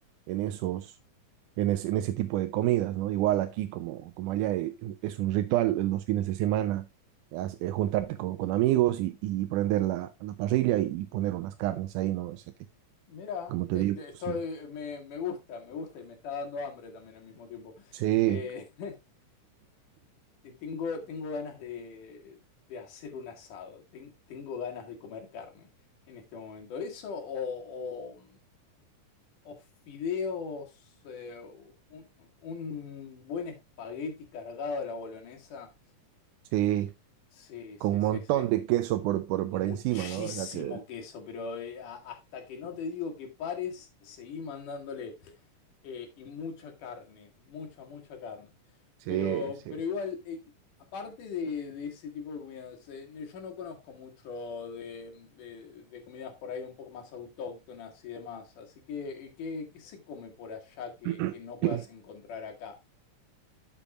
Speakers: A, on the right; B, on the left.
A: en esos, en ese, en ese tipo de comidas, ¿no? Igual aquí como, como allá eh, es un ritual en los fines de semana, as- eh, juntarte con, con amigos y, y prender la, la parrilla y, y poner unas carnes ahí, ¿no? O sea que,
B: Mira,
A: como te
B: eh,
A: digo,
B: te- estoy,
A: sí,
B: me, me gusta, me gusta y me está dando hambre también al mismo tiempo.
A: sí,
B: Eh, <laughs> y tengo, tengo ganas de, de hacer un asado, Ten- tengo ganas de comer carne en este momento. Eso o, o, o fideos, eh, un, un buen espagueti cargado a la bolonesa.
A: sí,
B: Sí,
A: con
B: sí,
A: un
B: sí,
A: montón
B: sí.
A: de queso por, por,
B: Muchísimo
A: por encima, ¿no? O sea que,
B: queso, pero eh, a- hasta que no te digo que pares, seguí mandándole. eh, y mucha carne, mucha, mucha carne.
A: sí,
B: Pero,
A: sí.
B: pero igual, eh, aparte de, de ese tipo de comidas, eh, no- yo no conozco mucho de, de- de comidas por ahí un poco más autóctonas y demás. Así que, eh, ¿qué, qué se come por allá que,
A: sí.
B: que no puedas
A: <clears throat>
B: encontrar acá?